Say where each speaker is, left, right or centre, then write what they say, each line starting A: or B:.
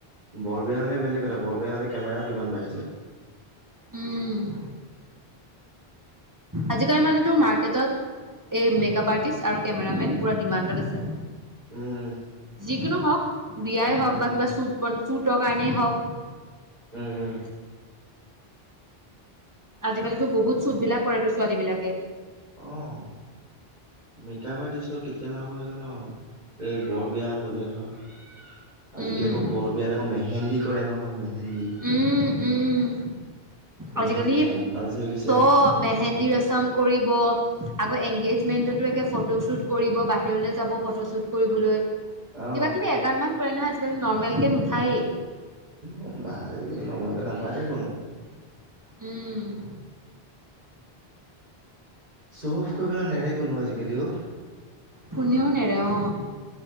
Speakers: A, on the right; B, on the right.
A: বৰ বিয়া হ'লে বেলেগ কথা, বৰ বিয়া হ'লে কেমেৰাও ডিমাণ্ড বাঢ়িছে।
B: উম'।
A: <inaudible>
B: আজিকালি মানে তোৰ মাৰ্কেটত এই মেকআপ আৰ্টিষ্ট আৰু কেমেৰামেন পুৰা ডিমাণ্ডত আছে।
A: উম
B: যিকোনো হওক, বিয়াই হওক
A: উম
B: বা কিবা শ্বুট, শ্বুটৰ কাৰণেই হওঁক।
A: উম-উম।
B: আজিকালিতো বহুত শ্বুট বিলাক কৰেতো ছোৱালী বিলাকে।
A: অঁ মেকআপ আৰ্টিষ্টৰ কেতিয়া লাভ হয় জান। এই বৰবিয়া হ'লে ধৰ। আজিকালি
B: উম
A: আকৌ বৰ বিয়াত আকৌ মেহেন্দী কৰে নহয় মেহেন্দী।
B: উম উম
A: মেহেন্দীত
B: আজিকালি
A: কম্পালচৰি গৈছে
B: চব। মেহেন্দী ৰচম কৰিব, আকৌ, এনগেজমেন্টতো একে ফটো শ্বুট কৰিব, বাহিৰলৈ যাব ফটো শ্বুট কৰিবলৈ।
A: অ
B: কিবা-কিবি এগাল মান কৰে নহয় আজিকালি নৰ্মেল কে নুঠায়েই।
A: কিন্তু বা আজিকালি নৰ্মেলকে নাপাতেই কোনো।
B: উম'
A: চ' অফ কৰিবলে নেৰে কোনো, আজিকালি অ।
B: কোনেওঁ নেৰে অ।